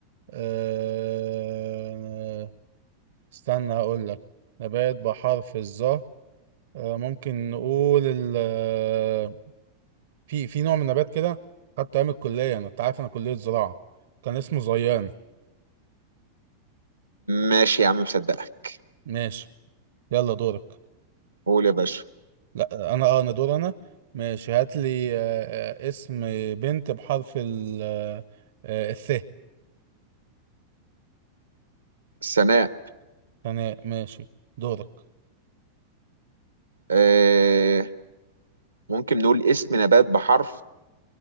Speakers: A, on the right; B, on the right.
A: آه... استنى هقول لك نبات بحرف الظا آه، ممكن نقول ال آه، في في نوع من النبات كده خدته ايام الكليه انا انت عارف انا كليه زراعه كان اسمه زيان
B: ماشي يا عم مصدقك
A: ماشي يلا دورك
B: قول يا باشا
A: لا انا اه انا دور انا ماشي هات لي آه، آه، اسم بنت بحرف ال آه، آه، الث
B: سناء
A: انا ماشي دورك
B: آه ممكن نقول اسم نبات بحرف